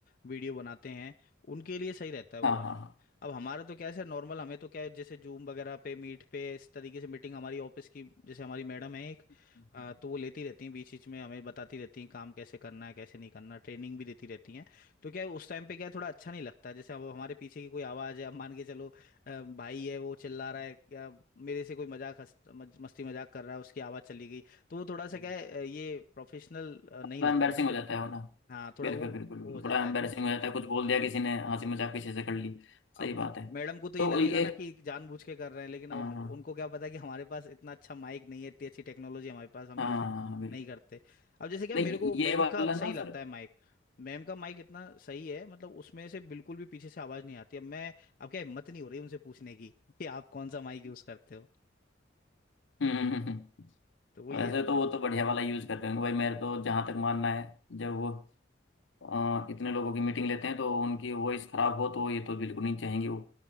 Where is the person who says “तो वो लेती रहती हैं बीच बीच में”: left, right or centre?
Left